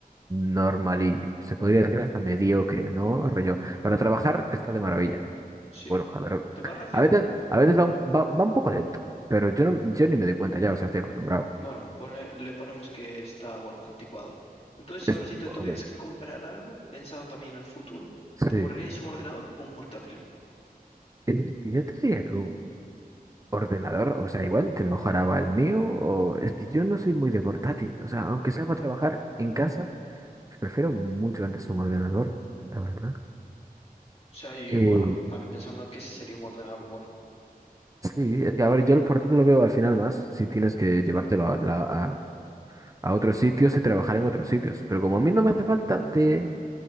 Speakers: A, on the right; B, on the left.
A: normalillo. Se podría decir hasta mediocre, ¿no? Rollo. Para trabajar está de maravilla.
B: Sí,
A: Bueno, a ver.
B: te va rápido.
A: A veces, a veces va un, va, va un poco lento, pero yo no, yo ni me doy cuenta ya, o sea, estoy acostumbrado.
B: Bueno, ponle- le ponemos que está, bueno, anticuado. Entonces,
A: Es
B: ahora si
A: tipo,
B: te tuvieras
A: ok.
B: que comprar algo, pensando también en el futuro,
A: Sí.
B: ¿te comprarías un ordenador o un portátil?
A: Es- yo te diría que un ordenador, o sea, igual te mejoraba el mío, o es que yo no soy muy de portátil, o sea, aunque sea para trabajar en casa, pues prefiero mucho antes un ordenador, la verdad.
B: O sea, y
A: Eh,
B: bueno, también pensando en que ese sería un ordenador bueno.
A: sí, es que, a ver, yo el portátil lo veo al final más, si tienes que llevártelo a, la- a, a otros sitios y trabajar en otros sitios, pero como a mí no me hace falta de,